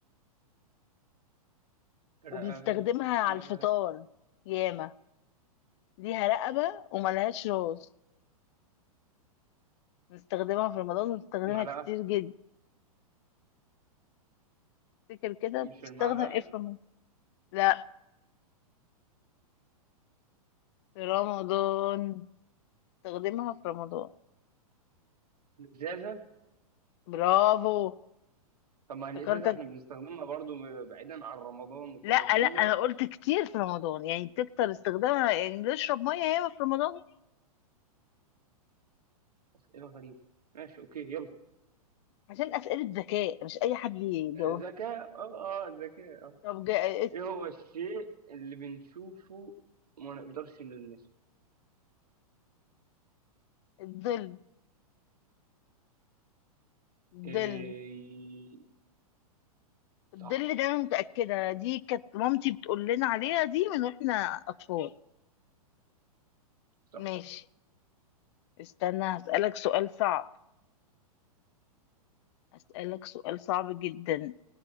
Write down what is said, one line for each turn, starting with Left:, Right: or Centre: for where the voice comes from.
Right: رقبه
Left: وبنستخدمها على الفطار ياما ليها رقبة وملهاش راس بنستخدمها في رمضان وبنستخدمها
Right: معلقة
Left: كتير جدا تفتكر كده
Right: مش
Left: بتستخدم
Right: المعلقة
Left: ايه في رمضان لا في رمضان بنستخدمها في رمضان
Right: الإزازة
Left: برافو
Right: طب ما الإزازة
Left: افتكرتك
Right: احنا بنستخدمها برضو بعيدا عن رمضان وكل
Left: لا
Right: في كل
Left: لا انا
Right: وقت
Left: قلت كتير في رمضان يعني بتكتر استخدامها يعني نشرب ميه ياما في رمضان
Right: أسئلة غريبة ماشي أوكي يلا
Left: عشان اسئله ذكاء مش اي حد يجاوبها
Right: ذكاء اه اه ذكاء اه
Left: طب جا...
Right: إيه هو الشيء اللي بنشوفه وما نقدرش نلمسه
Left: الظل الظل
Right: إيه
Left: الظل
Right: صح
Left: ده انا متاكده دي كانت مامتي بتقول لنا عليها دي من واحنا اطفال
Right: صح
Left: ماشي استنى هسالك سؤال صعب هسالك سؤال صعب جدا